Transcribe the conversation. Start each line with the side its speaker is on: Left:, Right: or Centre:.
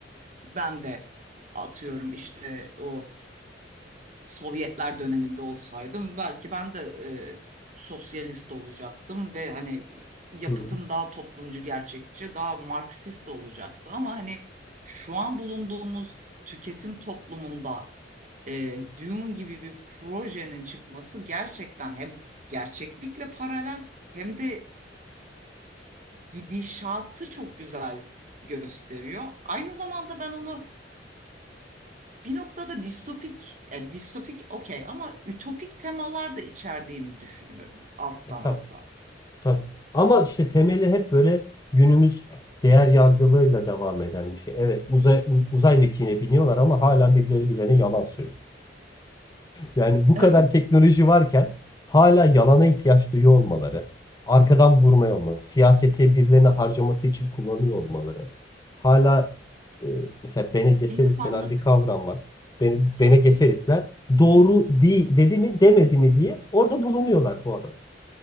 Right: ben de atıyorum işte o Sovyetler döneminde olsaydım belki ben de e, sosyalist olacaktım ve hani yapıtım
Left: Hı. hı.
Right: daha toplumcu, gerçekçi, daha Marksist olacaktı. Ama hani şu an bulunduğumuz tüketim toplumunda e, Dune gibi bir projenin çıkması gerçekten hem gerçeklikle paralel hem de gidişatı çok güzel gösteriyor. Aynı zamanda ben onu bir noktada distopik, ya distopik okey ama ütopik temalar da içerdiğini düşünüyorum alttan
Left: E tabii.
Right: alttan.
Left: Tabii. Ama işte temeli hep böyle günümüz değer yargılarıyla devam eden bir şey. Evet uzay, uzay mekiğine biniyorlar ama hala birileri birilerine yalan söylüyor. Yani bu
Right: Evet,
Left: kadar teknoloji varken hala yalana ihtiyaç duyuyor olmaları, arkadan vurmaya olması, siyasete birilerine harcaması için kullanıyor olmaları. Hala e, mesela Bene Gesserit
Right: İnsanlık
Left: denen bir kavram var. Bene,
Right: ha-
Left: Bene Gesseritler doğru değil dedi mi demedi mi diye orada bulunuyorlar bu adam.